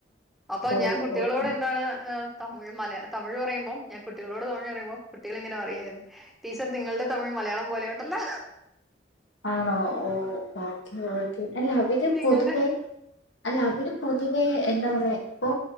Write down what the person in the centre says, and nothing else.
അപ്പൊ
ഞാൻ കുട്ടികളോട്
എന്താണ് ഏഹ് തമി മലയാ തമിഴ് പറയുമ്പോ ഞാൻ കുട്ടികളോട് തമിഴ് പറയുമ്പോ കുട്ടികള് ഇങ്ങനെ പറിയായിരുന്നു ടീച്ചർ നിങ്ങളുടെ തമിഴ് മലയാളം പോലെയുണ്ടല്ലോ
നിങ്ങളുടെ